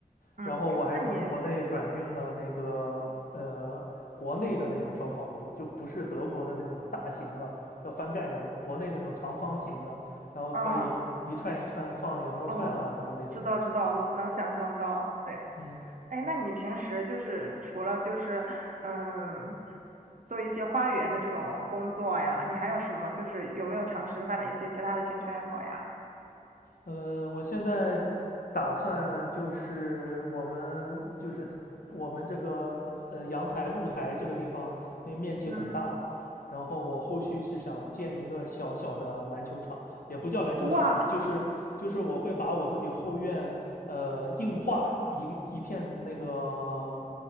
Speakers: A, on the right (about 65°); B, on the left (about 80°).
A: 嗯，
B: 然后我还从国内转运了那个呃国内的那种烧烤炉，
A: 那你，
B: 就不是德国的那种大型的要翻盖的那种，国内那种长方形的，然后可以一串一串放羊肉串啊什么那种的。
A: 嗯哦，知道知道，能能想象到，对。
B: 嗯，
A: 哎，那你平时就是除了就是嗯，做一些花园的这种工作呀，你还有什么就是有没有尝试发展一些其他的兴趣爱好呀？
B: 呃，我现在打算就是我们就是我们这个呃阳台露台这个地方，因为面积很大，
A: 嗯，
B: 然后我后续是想建一个小小的篮球场，也不叫篮球场了，
A: 哇，
B: 就是就是我会把我自己后院呃硬化一一片那个